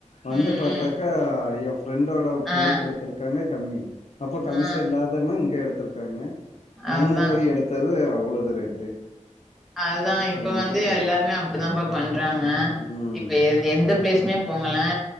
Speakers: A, on the left; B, in the centre.
A: வந்து
B: ம்
A: பாத்தாக்கா
B: ம்
A: ஐயா ஃபிரெண்டோட
B: ஆ
A: பிள்ளைக்கு எடுத்திருக்காங்க கம்மி அப்ப கமிசா
B: ஆ
A: இல்லாதமா இங்க எடுத்திருக்காங்க
B: அதுதா
A: நம்ம போய் எடுத்தது அவ்ளோது ரேட்டு
B: அதுதான் இப்ப
A: எங்க
B: வந்து
A: கேக்க
B: எல்லாருமே அப்டிதான்ப்பா பண்றாங்க
A: ம்
B: இப்ப எ எந்த பிளேஸ்மே போங்களே